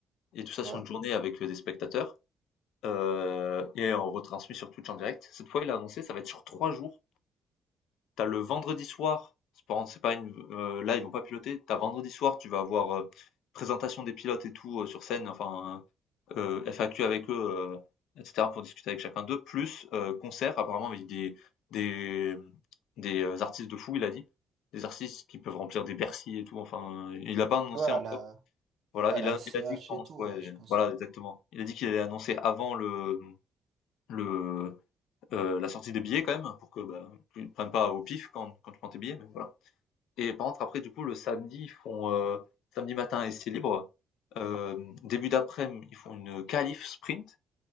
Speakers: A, on the left; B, on the right.
A: Et tout ça sur
B: Ouais.
A: une journée avec, heu, des spectateurs, heu et on retransmet sur Twitch en direct. Cette fois, il a annoncé, ça va être sur 3 jours. t'as le vendredi soir, c'est par c'est pas une heu, là, ils vont pas piloter. t'as vendredi soir, tu vas avoir, heu, présentation des pilotes et tout, heu, sur scène, enfin, heu, FAQ avec eux, heu, et cetera pour discuter avec chacun d'eux, plus, heu, concert apparemment avec des des, mmh, des, euh, artistes de fou, il a dit. Des artistes qui peuvent remplir des Bercy et tout, enfin, il a pas annoncé
B: Ouais, à
A: encore.
B: la,
A: Voilà,
B: à
A: il
B: la
A: a
B: SCH
A: il a dit quand
B: et tout,
A: ouais,
B: ouais, je pense.
A: voilà exactement. Il a dit qu'il allait annoncer avant le le, heu, la sortie des billets quand même pour que, bah, tu te prennes pas au pif quand quand tu prends tes billets, mais voilà. Et par contre après du coup le samedi, ils font, heu, samedi matin essai libre, hem, début daprès midi ils font une qualif sprint